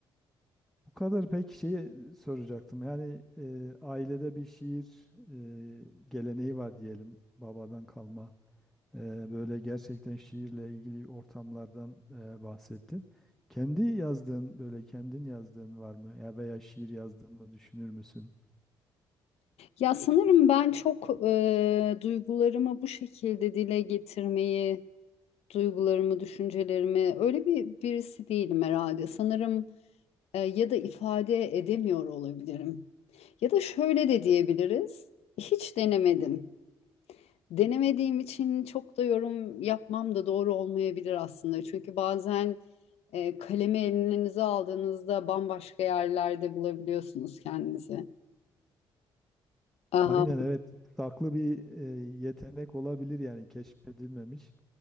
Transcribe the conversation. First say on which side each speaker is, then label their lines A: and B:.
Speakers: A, in the centre; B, on the left.
A: Bu kadar peki şeyi soracaktım. Yani e, ailede bir şiir e, geleneği var diyelim babadan kalma. E, böyle gerçekten şiirle ilgili ortamlardan e, bahsettin. Kendi yazdığın böyle kendin yazdığın var mı? Ya veya şiir yazdığını düşünür müsün?
B: Ya sanırım ben çok e, duygularımı bu şekilde dile getirmeyi, duygularımı, düşüncelerimi öyle bir birisi değilim herhalde. Sanırım e, ya da ifade edemiyor olabilirim. Ya da şöyle de diyebiliriz. Hiç denemedim. Denemediğim için çok da yorum yapmam da doğru olmayabilir aslında. Çünkü bazen e, kalemi elinize aldığınızda bambaşka yerlerde bulabiliyorsunuz kendinizi. Aha,
A: Aynen evet. Saklı bir e, yetenek olabilir yani keşfedilmemiş.